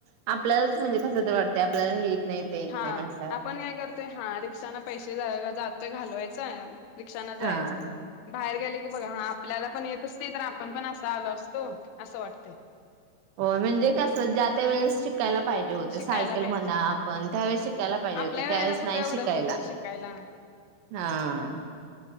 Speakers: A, on the right; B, on the left.
A: आपल्यालाच म्हणजे, कस तर वाटत आपल्याला हे नाही ते येत
B: हा
A: नाही म्हटलं
B: आपण काय करतो. ते हा रिक्षांना पैशे जा जातय घालवायचं रिक्षान जायचं
A: हा
B: बाहेर गेलं की बघा हा आपल्याला पण येत. तस नाही तर आपण पण असा आलो असतो असं वाटतंय.
A: हो म्हणजे कस ज्या त्या वेळेस शिक - शिकायला पाहिजे होते,
B: शिकायला
A: सायकल
B: पाहिजे
A: म्हणा आपण त्यावेेळेस शिकायला पाहिजे
B: आपल्या
A: होती
B: वेळेला
A: त्यावेेळेस
B: कुठे
A: नाही.
B: एवढं
A: शिकायला
B: होतं शिकायला
A: ह